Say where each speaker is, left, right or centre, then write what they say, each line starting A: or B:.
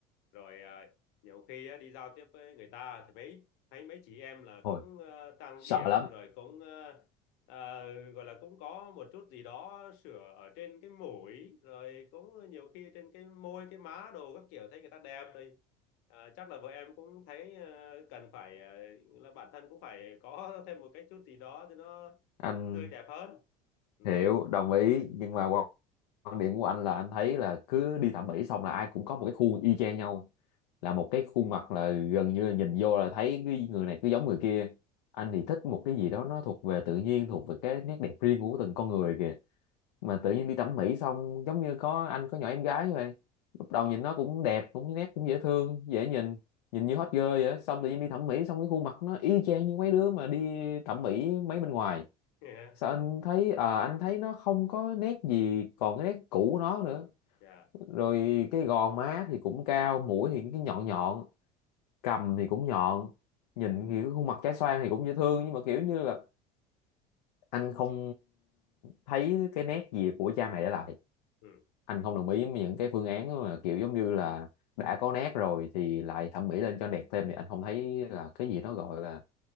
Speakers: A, on the left (about 70°); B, on the left (about 80°).
A: rồi ờ, nhiều khi á, đi giao tiếp với người ta thì mấy thấy mấy chị em là
B: thôi
A: cũng ờ, trang
B: sợ
A: điểm
B: lắm
A: rồi cũng ờ, Ờ, gọi là cũng có một chút gì đó sửa ở trên cái mũi rồi cũng nhiều khi trên cái môi cái má đồ các kiểu thấy người ta đẹp rồi à, chắc là vợ em cũng thấy ờ, cần phải ờ, là bản thân cũng phải có thêm một cái chút gì đó thì nó
B: anh
A: tươi đẹp hơn ừ
B: hiểu đồng ý nhưng mà quan quan điểm của anh là anh thấy là cứ đi thẩm mỹ xong là ai cũng có một cái khuôn y chang nhau là một cái khuôn
A: ừ
B: mặt là gần như là nhìn vô là thấy cái người này cứ giống người kia anh thì thích một cái gì đó nó thuộc về tự nhiên thuộc về cái nét đẹp riêng của từng con người kìa mà tự nhiên đi thẩm mỹ xong giống như có anh có nhỏ em gái như vậy lúc
A: <laughs>
B: đầu nhìn nó cũng đẹp cũng nét cũng dễ thương dễ nhìn nhìn như hot girl vậy á. xong tự nhiên đi thẩm mỹ xong cái khuôn mặt nó y chang như mấy đứa mà đi thẩm mỹ mấy bên ngoài
A: yeah.
B: sao anh thấy ờ anh thấy nó không có nét gì còn cái nét cũ của nó nữa
A: Yeah.
B: rồi cái gò má thì cũng cao mũi thì cái nhọn nhọn cằm thì cũng nhọn nhìn thì cái khuôn mặt trái xoan thì cũng dễ thương nhưng mà kiểu như là anh không thấy cái nét gì của cha mẹ để lại
A: ừ
B: anh không đồng ý với những cái phương án mà kiểu giống như là đã có nét rồi thì lại thẩm mỹ lên cho đẹp thêm thì anh không thấy là cái gì nó gọi là